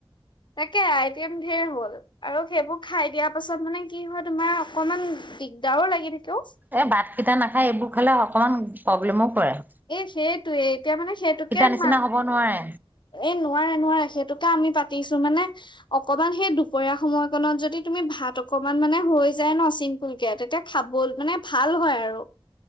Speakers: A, on the left; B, on the right.
A: তাকে আই তেম ধেৰ হ'ল। আৰু সেইবোৰ খাই দিয়া পাছত মানে কি হয় তোমাৰ অকনমান দিগদাৰো লাগি থাকে অও।
B: এই ভাত কেইটা নাখায় এইবোৰ খালে অকমান প্ৰব্লেমো পৰে।
A: এই সেইটোয়ে, এতিয়া মানে সেইটোকে
B: নিচিনা
A: মা-
B: হ'ব নোৱাৰে।
A: এই নোৱাৰে নোৱাৰে সেইটোকে আমি পাতিছো মানে- অকমান সেই দুপৰীয়া সময়কনত যদি তুমি ভাত অকমান মানে হৈ যায় ন চিম্পুলকে, তেতিয়া- খাবল মানে ভাল হয় আৰু।